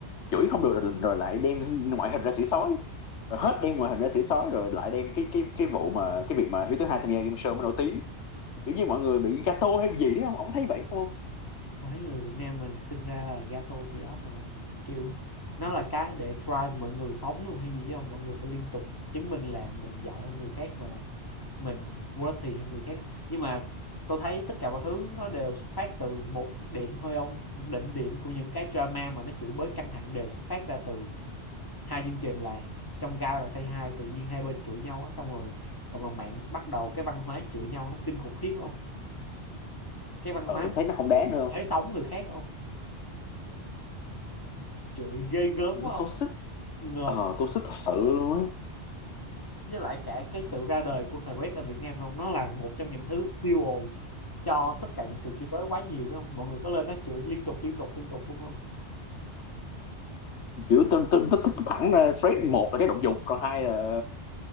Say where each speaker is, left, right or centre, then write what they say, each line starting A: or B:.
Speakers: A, on the left; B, on the left.
A: chửi không được rồi, rồi lại đem ngoại hình ra xỉ sói rồi hết đem ngoại hình ra xỉ sói rồi lại đem cái cái cái vụ mà cái việc mà Hiếu thứ hai tham gia game show mới nổi tiếng kiểu như mọi người bị gato hay gì đấy không ông thấy vậy không
B: thấy người Việt Nam mình sinh ra là gato kiểu đó mà không kiểu nó là cái để drive mọi người sống luôn hay gì không mọi người phải liên tục chứng minh là mình giỏi hơn người khác và mình worthy hơn người khác nhưng mà tôi thấy tất cả mọi thứ nó đều xuất phát từ một điểm thôi ông đỉnh điểm của những cái drama mà nó chửi bới căng thẳng đều xuất phát ra từ hai chương trình là trong gai và say hi tự nhiên hai bên chửi nhau á xong rồi cộng đồng mạng bắt đầu cái văn hóa chửi nhau nó kinh khủng khiếp không cái văn hóa
A: ờ
B: mình
A: thấy nó không đáng
B: mình
A: nữa không
B: tới sống người khác không chửi ghê gớm
A: kiểu
B: quá không
A: tôi sức
B: ngợp
A: ờ tôi sức thật sự luôn á
B: với lại cả cái sự ra đời của Threads tại Việt Nam luôn nó là một trong những thứ fuel ồn cho tất cả những sự chửi bới quá nhiều phải không mọi người có lên đó chửi liên tục liên tục liên tục luôn không
A: kiểu tôi tôi tôi thẳng ra straight một là cái động dục còn hai là